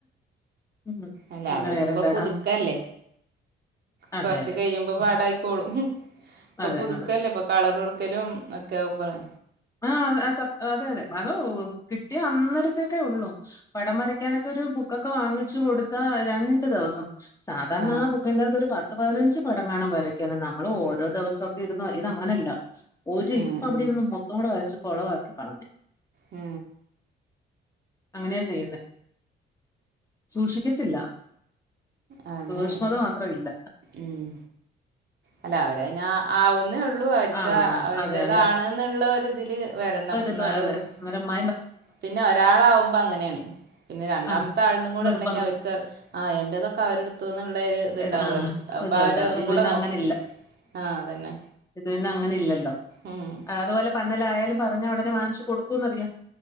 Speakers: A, on the left; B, on the right.
A: ഉം.
B: അല്ല
A: പിന്നെ
B: അവർക്ക്പ്പൊ
A: വേറെന്താടാ
B: പുതുക്കല്ലേ,
A: അതെ
B: കൊർച്ച്
A: അതെ
B: കയുമ്പോ
A: ഉം.
B: പാടായി ക്കോളും. ഇപ്പൊ
A: അതെ
B: പുതുക്കല്ലേ
A: അതെ
B: ഇപ്പൊ കളറൊട്ക്കലും ഒക്കാവുമ്പളേ
A: ആ <unintelligible> ആ അതെ അതെ, അതോ കിട്ടിയ അന്നരത്തേക്കെ ഒള്ളൂ. പടം വരയ്ക്കാനൊക്കെരു ബുക്കൊക്കെ വാങ്ങിച്ചു. കൊടുത്താ രണ്ട് ദെവസം, സാധാരണാബുക്കിന്റെകത്തൊരു
B: ആ
A: പത്ത് പതിനഞ്ച് പടംങ്ങാണം വരയ്ക്കും. ക്കാണ്. നമ്മള് ഓരോ ദെവസൊക്കെ രുന്ന് ഇത് അങ്ങനെയല്ല, ഒരു
B: ഉം
A: ഇരുപ്പവിടെ
B: ഉം
A: ഇരുന്ന് മൊത്തം കൂടെ വരച്ച് കൊളവാക്കി കളഞ്ഞ്.
B: ഏ!
A: അങ്ങനെയാ ചെയ്യുന്നെ, സൂഷിക്കത്തില്ലാ.
B: അതെന്നെയാണ്
A: സൂഷ്മത മാത്രമില്ല.
B: ഉം അല്ല അവരതിനാ ആവുന്നേള്ളൂ, അവര്ക്ക്
A: ആഹ്
B: അവരുടേതാണ്ന്ന്ള്ളൊ
A: അതെ അതെ
B: രിതില് വരണം.
A: <unintelligible> അതെ,
B: എന്നാലേ ഉള്ളൂ
A: ന്നലെ മ്മ
B: പിന്നെ ഒരാളാവുമ്പോ അങ്ങനേണ്. പിന്നെ രണ്ടാമത്തെ
A: ആഹ്
B: ആൾനും കൂടെ
A: നിർബന്ധം
B: ഉണ്ടെങ്കി അവര്ക്കറി ആഹ് എന്റേതൊക്കെ അവരെടുത്തുന്ന്ള്ളെരു ത്ണ്ടാവും
A: എടാ ആഹ്
B: അവര്ക്ക്. അപ്പ
A: ഇതുണ്ടാവും
B: അവരെന്നും
A: ഇത്
B: കൂടെ
A: പിന്നെ
B: നോക്കും.
A: അങ്ങനെ
B: ആഹ് അതന്നെ.
A: അത്പിന്നെ അങ്ങനെയില്ലല്ലോ,
B: ഉം
A: ആ അത്പോലെ പന്നലായാലും പറഞ്ഞ ഉടനെ വാങ്ങിച്ച് കൊടുക്കൂന്നറിയാം.